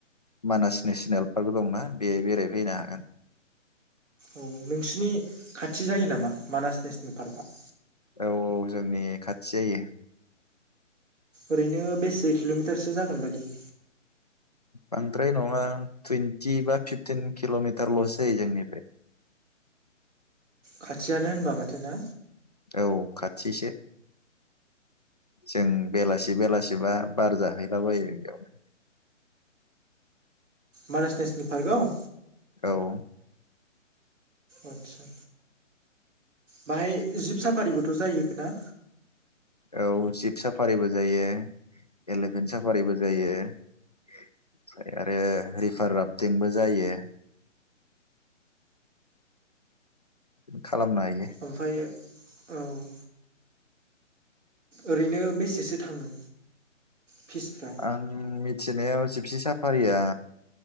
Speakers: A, on the left; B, on the right.
A: मानास नेसनेल पार्क दंना बे बेरायफैनो हागोन
B: औ नोंसिनि खाथि जायो नामा मानास नेसनेल पार्कआ
A: औ औ जोंनि खाथि जायो
B: ओरैनो बेसे किल'मिटारसो जागोन बायदि
A: बांद्राय नङा टुइन्टि बा फिफटिन किल'मिटारल'सो जायो जोंनिफ्राय
B: खाथियानो होनबा माथो ना
A: औ खाथिसो जों बेलासि बेलासिबा बार जाहैलाबायो बेयावनो
B: मानास नेसनेल पार्कआव
A: औ
B: आस्सा बाहाय जिब साफारिबोथ' जायोना
A: औ जिप साफारिबो जायो एलिफेन्ट साफारिबो जायो ओमफ्राय आरो रिभार राफटिंबो जायो <inaudible> खालामनो हायो
B: ओमफ्राय औ ओरैनो बेसेसो थाङो फिसफ्रा
A: आं मिथिनायाव सिपसि साफारिया